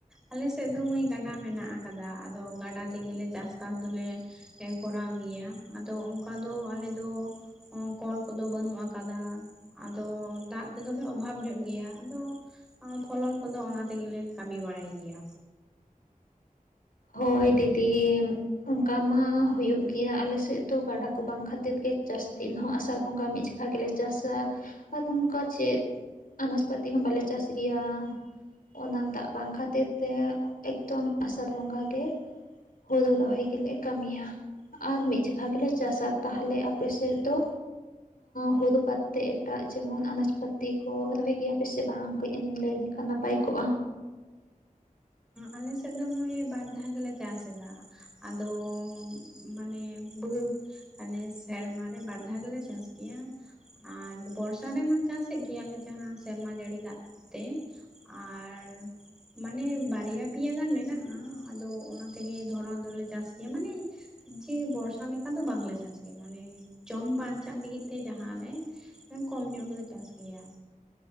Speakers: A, in the centre; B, on the left.
A: ᱟᱞᱮᱥᱮᱫ ᱫᱚ ᱢᱟᱹᱭ ᱜᱟᱰᱟ ᱢᱮᱱᱟᱜ ᱟᱠᱟᱫᱟ ᱟᱫᱚ ᱜᱟᱰᱟ ᱛᱮᱜᱮᱞᱮ ᱪᱟᱥ ᱵᱟᱥ ᱫᱚᱞᱮ <inaudible> ᱦᱮᱸᱠᱚᱨᱟᱣ ᱜᱮᱭᱟ ᱟᱫᱚ ᱚᱱᱠᱟ ᱫᱚ ᱟᱞᱮ ᱫᱚ ᱠᱚᱞ ᱠᱚᱫᱚ ᱵᱟᱹᱱᱩᱜ ᱟᱠᱟᱫᱟ ᱟᱫᱚ ᱫᱟᱜ ᱛᱮᱫᱚᱞᱮ ᱚᱵᱷᱟᱵ ᱧᱚᱜ ᱜᱮᱭᱟ ᱟᱫᱚ ᱯᱷᱚᱞᱚᱱ ᱠᱚᱫᱚ ᱚᱱᱟ ᱛᱮᱜᱮᱞᱮ ᱠᱟᱹᱢᱤ ᱵᱟᱲᱟᱭ ᱜᱮᱭᱟ
B: ᱦᱳᱭ ᱫᱤᱫᱤ ᱩᱸᱦ ᱚᱱᱠᱟ ᱢᱟ ᱦᱩᱭᱩᱜ ᱜᱮᱭᱟ ᱟᱞᱮᱥᱮᱫ ᱫᱚ ᱜᱟᱰᱟ ᱠᱚ ᱵᱟᱝ ᱠᱷᱟᱹᱛᱤᱨ ᱜᱮ ᱪᱟᱥ ᱫᱤᱱ ᱦᱚᱸ ᱟᱥᱟᱲ ᱵᱚᱸᱜᱟ ᱢᱤᱫ ᱡᱚᱠᱷᱟ ᱜᱮᱞᱮ ᱪᱟᱥᱟ ᱟ ᱚᱱᱠᱟ ᱪᱮᱫ ᱟᱱᱟᱡᱯᱟᱹᱛᱤ ᱦᱚᱸ ᱵᱟᱞᱮ ᱪᱟᱥ ᱜᱮᱭᱟ ᱚᱱᱟ ᱫᱟᱜ ᱵᱟᱝ ᱠᱷᱟᱹᱛᱤᱨ ᱛᱮ ᱮᱠᱫᱚᱢ ᱟᱥᱟᱲ ᱵᱚᱸᱜᱟᱜᱮ ᱦᱩᱲᱩ ᱨᱚᱦᱚᱭ ᱜᱮᱞᱮ ᱠᱟᱹᱢᱤᱭᱟ ᱟᱨ ᱢᱤᱫ ᱡᱷᱤᱠᱟ. ᱜᱮᱞᱮ ᱪᱟᱥᱟ ᱛᱟᱦᱞᱮ ᱟᱯᱮ ᱥᱮᱫ ᱫᱚ? ᱦᱩᱲᱩ ᱵᱟᱫᱛᱮ ᱮᱴᱟᱜ ᱡᱮᱢᱚᱱ ᱟᱱᱟᱡᱽ ᱯᱟᱹᱛᱤ ᱠᱚ ᱨᱚᱦᱚᱭ ᱜᱮᱭᱟ ᱯᱮᱥᱮ ᱵᱟᱝ ᱠᱟᱹᱡ ᱮᱢ ᱞᱟᱹᱭ ᱞᱮᱠᱷᱟᱱ ᱱᱟᱯᱟᱭ ᱯᱟᱭ ᱠᱚᱜᱼᱟ
A: ᱟᱞᱮ ᱥᱮᱫ ᱫᱚ ᱢᱟᱹᱭ ᱵᱟᱨ ᱫᱷᱟᱣ ᱜᱮᱞᱮ ᱪᱟᱥ ᱮᱫᱟ ᱟᱫᱚ ᱢᱟᱱᱮ ᱵᱟᱹᱫ ᱢᱟᱱᱮ ᱥᱮᱨᱢᱟ ᱨᱮ ᱵᱟᱨ ᱫᱷᱟᱣ ᱜᱮᱞᱮ ᱪᱟᱥᱫᱟ ᱟᱨ ᱵᱚᱨᱥᱟ ᱨᱮᱢᱟ ᱪᱟᱥᱮᱫ ᱜᱮᱭᱟᱞᱮ ᱡᱟᱦᱟᱸ ᱥᱮᱨᱢᱟ ᱡᱟᱹᱲᱤ ᱫᱟᱜ ᱛᱮ ᱟᱨ ᱢᱟᱱᱮ ᱵᱟᱨᱭᱟ ᱯᱮᱭᱟ ᱜᱟᱱ ᱢᱮᱱᱟᱜᱼᱟ ᱟᱫᱚ ᱚᱱᱟ ᱛᱮᱜᱮ ᱫᱷᱚᱨᱚᱱ ᱫᱚᱞᱮ ᱪᱟᱥ ᱜᱮᱭᱟ ᱢᱟᱱᱮ ᱡᱮ ᱵᱚᱨᱥᱟ ᱞᱮᱠᱟ ᱫᱚ ᱵᱟᱝ ᱞᱮ ᱪᱟᱥ ᱜᱮᱭᱟ ᱢᱟᱱᱮ ᱡᱚᱢ ᱵᱟᱧᱪᱟᱜ ᱞᱟᱹᱜᱤᱫ ᱛᱮ ᱡᱟᱦᱟᱸ ᱞᱮ ᱠᱚᱢ ᱧᱚᱜ ᱜᱮᱞᱮ ᱪᱟᱥ ᱜᱮᱭᱟ